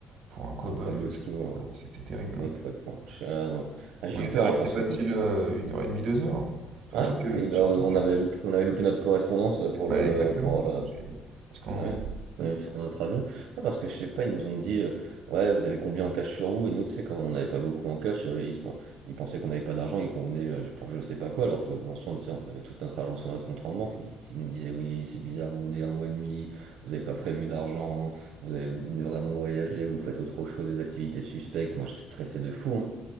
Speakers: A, on the right (about 55°); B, on the right (about 80°).
A: pour un cow-boy,
B: Pour Pablo
A: l'autre,
B: Esco,
A: je sais
B: hein,
A: pas, mais c'était terrible.
B: mais
A: hein.
B: pour pour ah non. Ah j'ai
A: On
B: eu
A: était
B: peur,
A: resté
B: hein, parce
A: facile
B: que quand je
A: euh, une heure et demie, deux heures. hein. Surtout
B: ah
A: que,
B: oui, bah,
A: surtout
B: on
A: que,
B: avait loupé on avait loupé notre correspondance, pour
A: bah
B: le
A: exactement,
B: pour,
A: c'est
B: euh,
A: ça que j'allais dire. Parce qu'on,
B: Ouais, ouais, sur notre avion. Ah, parce que je sais pas, ils nous ont dit, euh, ouais, vous avez combien en cash sur vous? Et nous, tu sais, comme on n'avait pas beaucoup en cash, euh, ils, se pen- ils pensaient qu'on n'avait pas d'argent et qu'on venait euh, pour je sais pas quoi, alors qu'en soi, tu sais, on avait toute notre argent sur notre compte en banque. Mais ils, ils nous disaient, oui, c'est bizarre, vous venez un mois et demi, vous n'avez pas prévu d'argent, vous allez, vous venez vraiment voyager, vous faites autre chose, des activités suspectes. Moi, j'ai stressé de fou, hein.